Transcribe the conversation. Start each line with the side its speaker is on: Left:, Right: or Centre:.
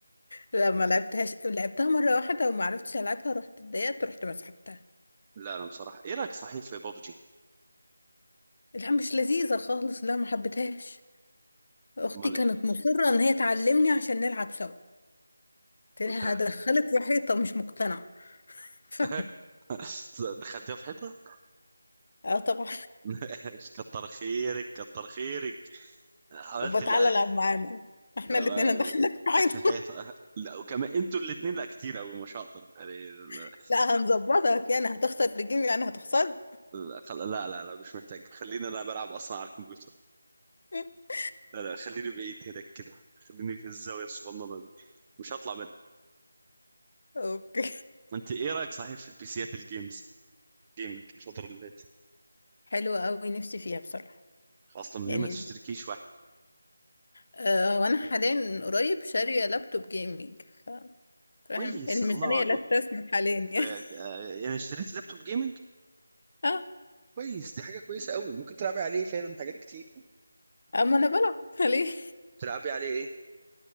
Left: لا ما لعبتهاش لعبتها مره واحده وما عرفتش العبها رحت اتضايقت رحت مسحتها
Right: لا انا بصراحه ايه رايك صحيح في بابجي
Left: لا مش لذيذه خالص لا ما حبيتهاش اختي
Right: امال
Left: كانت
Right: ايه
Left: مصرة ان هي تعلمني عشان نلعب سوا قلت
Right: طب
Left: لها
Right: تلعب
Left: هدخلك في حيطة مش مقتنعة <laughs> ف...
Right: <laughs> دخلتيها في حيطه
Left: اه طبعا
Right: <laughs> كتر خيرك كتر خيرك
Left: <laughs>
Right: عملت
Left: طب
Right: اللي
Left: تعالى
Right: عليك
Left: العب معانا احنا
Right: آه،
Left: الاتنين هندخلك في حيطة
Right: اخر حيطه لا وكمان انتوا الاثنين لا كتير قوي مش هقدر يعني لا
Left: <laughs> لا هنظبطك يعني هتخسر الجيم يعني هتخسر
Right: لا خل- لا لا لا، مش محتاج خليني انا بلعب اصلا على الكمبيوتر
Left: <laughs>
Right: لا لا خليني بعيد هناك كده خليني في الزاويه الصغننه دي مش هطلع
Left: اوكي
Right: انت ايه رايك صحيح في البيسيات الجيمز جيمنج الفتره اللي فاتت
Left: حلوة قوي نفسي فيها بصراحة
Right: خاصه من
Left: يعني
Right: ليه ما تشتركيش واحد
Left: آه وانا حاليا قريب شارية لابتوب جيمنج فاهم
Right: كويس
Left: الميزانية
Right: الله اكبر
Left: لا تسمح حاليا يعني
Right: آه،
Left: <laughs>
Right: آه، يعني اشتريت لابتوب جيمنج
Left: اه
Right: كويس دي حاجه كويسه قوي ممكن تلعبي عليه فعلا حاجات كتير
Left: اما انا بلعب <laughs> ليه
Right: تلعبي عليه ايه